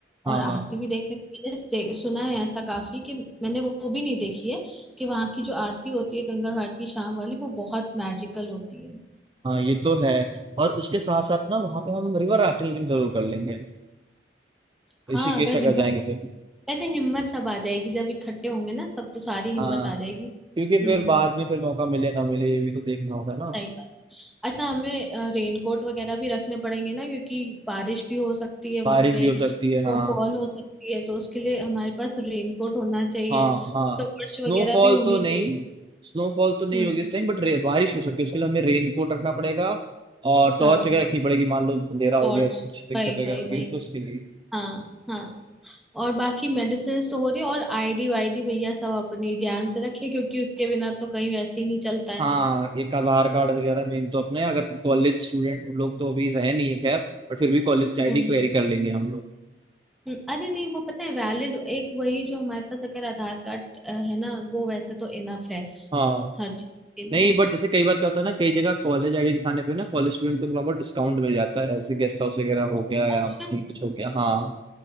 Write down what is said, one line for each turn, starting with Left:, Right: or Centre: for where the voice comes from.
Right: हाँ
Centre: और आरती भी देख लेंगे मैंने दे- सुना है ऐसा काफी कि मैंने वो वो भी नहीं देखी है कि वहां की जो आरती होती है गंगा घाट की शाम वाली वो बहुत मैजिकल होती है
Right: हाँ ये तो है और उसके साथ साथ ना वहाँ पे हम रिवर राफ्टिंग जरूर कर लेंगे
Centre: हाँ
Right: ऋषिकेश
Centre: अगर
Right: अगर
Centre: हिम्मत
Right: जाएंगे तो
Centre: वैसे हिम्मत सब आ जाएगी जब इकट्ठे होंगे ना सब तो सारी हिम्मत
Right: हाँ
Centre: आ जाएगी
Right: क्योंकि फिर
Centre: हम्म
Right: बाद में फिर मौका मिले ना मिले ये भी तो देखना होगा ना
Centre: सही बात है। अच्छा हमें रेनकोट वगैरह भी रखने पड़ेंगे ना क्योंकि बारिश भी हो सकती है
Right: बारिश
Centre: वहां पे
Right: भी हो सकती है हाँ
Centre: तो फॉल हो सकती है तो उसके लिए हमारे पास रेनकोट होना चाहिए
Right: हाँ हाँ
Centre: टॉर्च
Right: स्नोफॉल
Centre: वगैरह भी होनी
Right: तो नहीं
Centre: चाहिए
Right: स्नोफॉल तो नहीं
Centre: हम्म
Right: होगी इस टाइम बट बारिश हो सकती है उसके लिए हमें रेनकोट रखना पड़ेगा और टॉर्च
Centre: हाँ
Right: वगैरह रखनी पड़ेगी मान लो अंधेरा हो
Centre: टॉर्च
Right: गया ऐसी कुछ दिक्कत
Centre: भाई
Right: वगैरह
Centre: भाई
Right: होगी
Centre: भाई
Right: तो उसके लिए
Centre: हाँ हाँ और बाकी मेडिसिन तो हो रही है और आईडी वाईडी भैया सब अपनी ध्यान से रखें क्योंकि उसके बिना तो कहीं वैसे ही नहीं चलता है
Right: हाँ एक आधार कार्ड वगैरह मेन तो अपने अगर कॉलेज स्टूडेंट हम लोग तो अभी रहे नहीं है खैर पर फिर भी कॉलेज आईडी
Centre: हम्म
Right: क्वेरी कर लेंगे हम लोग
Centre: हम्म, अरे नहीं वो पता है वैलिड एक वही जो हमारे पास अगर आधार कार्ड अ, है ना वो वैसे तो इनफ है
Right: हाँ
Centre: हर चीज के लिए
Right: नहीं बट जैसे कई बार क्या होता है ना कई जगह कॉलेज आईडी दिखाने पे ना कॉलेज स्टूडेंट को थोड़ा बहुत डिस्काउंट मिल जाता है ऐसे गेस्ट हाउस वगैरह हो गया या
Centre: अच्छा
Right: कहीं कुछ हो गया हाँ